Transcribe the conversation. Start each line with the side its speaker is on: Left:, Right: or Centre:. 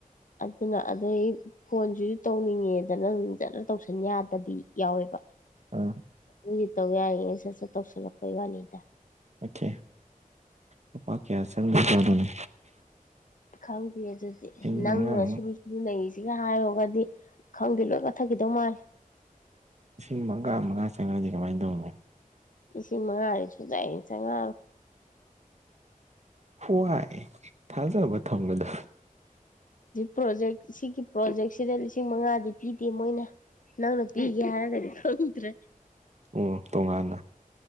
Left: ꯑꯗꯨꯅ ꯑꯗꯨꯏ ꯐꯣꯟꯁꯤꯁꯨ ꯇꯧꯅꯤꯡꯉꯦꯗꯅ ꯑꯗꯨꯝ ꯐꯖꯅ ꯇꯧꯁꯟ ꯌꯥꯗꯕꯤ ꯌꯥꯎꯋꯦꯕ
Right: ꯑꯥ
Left: ꯃꯣꯏꯒꯤ ꯇꯧ ꯌꯥꯔꯤꯉꯩ ꯁꯠꯁ ꯇꯧꯁꯜꯂꯛꯄꯩ ꯋꯥꯅꯤꯗ
Right: ꯑꯣꯀꯦ ꯂꯨꯄꯥ ꯀꯌꯥ ꯆꯪꯉ ꯖꯥꯠꯅꯣꯅꯦ
Left: ꯈꯪꯗꯦ ꯑꯗꯨꯗꯤ
Right: ꯃꯉꯥꯃꯨꯛ
Left: ꯅꯪꯅ ꯁꯨ ꯅꯩꯁꯤꯒ ꯍꯥꯏꯔꯨꯔꯒꯗꯤ ꯈꯪꯗꯦ ꯂꯣꯏ ꯀꯠꯊꯈꯤꯗꯧ ꯃꯥꯜꯂꯦ
Right: ꯂꯤꯁꯤꯡ ꯃꯉꯥ ꯃꯉꯥ ꯆꯪꯉꯛꯗꯤ ꯀꯃꯥꯏꯅ ꯇꯧꯅꯤ
Left: ꯂꯤꯁꯤꯡ ꯃꯉꯥꯗꯤ ꯁꯨꯨꯡꯆꯪ ꯍꯦꯛ ꯆꯪꯉꯑꯔꯣꯏ
Right: ꯍꯋꯥꯏ ꯊꯥꯖꯕ ꯊꯝꯒꯗꯕ
Left: ꯄ꯭ꯔꯣꯖꯦꯛ ꯁꯤꯒꯤ ꯄ꯭ꯔꯣꯖꯦꯛꯁꯤꯗ ꯂꯤꯁꯤꯡ ꯃꯉꯥꯗꯤ ꯄꯤꯗꯦ ꯃꯣꯏꯅ ꯅꯪꯅ ꯄꯤꯒꯦ ꯍꯥꯏꯔꯒꯗꯤ ꯈꯪꯗ꯭ꯔꯦ
Right: ꯑꯣ ꯇꯣꯉꯥꯟꯅ